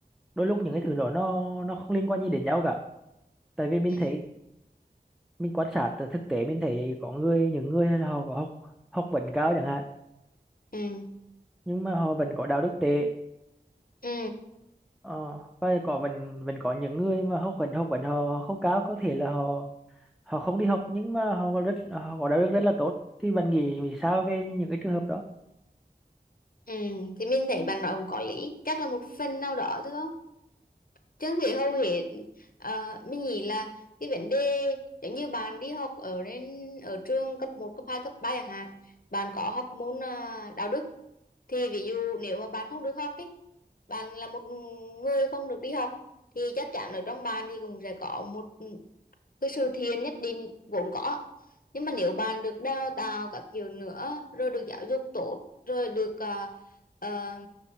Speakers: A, in the centre; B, on the left (about 55°).
A: đôi lúc những cái thứ đó nó nó không liên quan gì đến nhau cả tại vì mình
B: ừ
A: thấy mình quan sát từ thực tế mình thấy có người những người là họ có học học vấn cao chẳng hạn
B: ừ
A: nhưng mà họ vẫn có đạo đức tệ
B: ừ
A: ờ, và có vẫn vẫn có những người mà học vấn học vấn họ không cao có thể là họ họ không đi học nhưng mà họ có rất họ có đạo đức rất là tốt thì bạn nghĩ nghĩ sao về những cái trường hợp đó
B: ừ thì mình thấy bạn nói cũng có lý chắc là một phần nào đó thôi không Trương Thị hầu hết ờ, mình nghĩ là cái vấn đề giống như bạn đi học ở đến ở trường cấp một cấp 2 cấp 3 chẳng hạn bạn có học môn à, đạo đức thì ví dụ nếu mà bạn không được học ấy bạn là một người không được đi học thì chắc chắn ở trong bạn thì cũng sẽ có một cái sự thiện nhất định vốn có nhưng mà nếu bạn được đào tạo các kiểu nữa rồi được giáo dục tốt rồi được ờ, ờ,